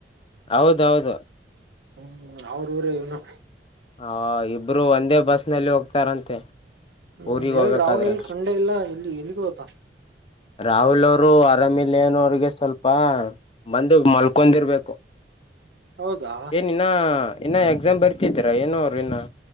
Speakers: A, on the left; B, on the right.
A: ಹೌದು ಹೌದು
B: ಹ್ಮ್ ಅವ್ರ ಊರ ಇವ್ನು
A: ಹಾ ಇಬ್ರು ಒಂದೇ ಬಸ್ ನಲ್ಲಿ ಹೋಗ್ತಾರಂತೆ.
B: ಹೂ
A: ಊರಿಗ್
B: ಎಲ್
A: ಹೋಗ್ಬೇಕಾದ್ರೆ
B: ರಾಹುಲ್ ಎಲ್ ಕಂಡೆ ಇಲ್ಲ ಎಲ್ಲಿ ಎಲ್ಲಿಗ ಹೋಧಾ
A: ರಾಹುಲ್ ಅವರು ಆರಾಮಿಲನ್ ಅವ್ರಿಗೆ ಸ್ವಲ್ಪ ಬಂದ ಮಲ್ಕೊಂಡಿರ್ಬೇಕು
B: ಹೌದಾ
A: ಏನ್ ಇನ್ನ ಇನ್ನ ಎಕ್ಸಾಮ್ ಬರ್ತಿದರ ಏನೋ ಅವ್ರು ಇನ್ನ್.